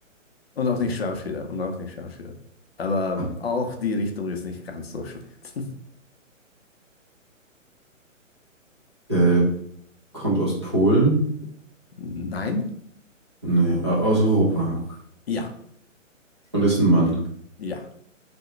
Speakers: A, on the left; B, on the right.
A: Und auch nicht Schauspieler. Und auch nicht Schauspieler. Aber
B: Ah,
A: auch die Richtung ist nicht ganz so schlecht.
B: Okay. Kommt aus Polen?
A: <laughs> Nein.
B: Nee, äh, aus Europa.
A: Ja.
B: Und ist ein Mann.
A: Ja.